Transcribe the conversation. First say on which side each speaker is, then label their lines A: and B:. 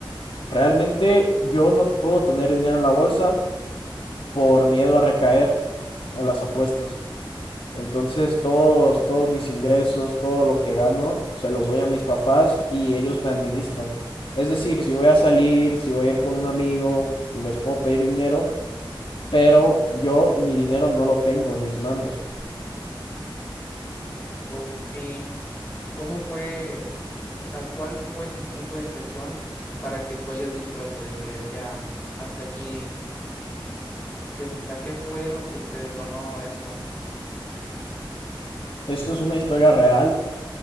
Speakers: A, on the left (about 75°); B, on the left (about 20°).
A: Realmente yo no puedo tener dinero en la bolsa por miedo a recaer a las apuestas. Entonces todos, todos mis ingresos, todo lo que gano, se los doy a mis papás y ellos me administran. Es decir, si voy a salir, si voy a ir con un amigo, les puedo pedir dinero, pero yo mi dinero no lo tengo en mis manos.
B: Oh. ¿Y ¿Cómo fue, o sea, cuál fue tu punto de inflexión para que tú hayas dicho eso de que ya hasta aquí, que, o sea, qué fue lo que te detonó eso?
A: Esto es una historia real.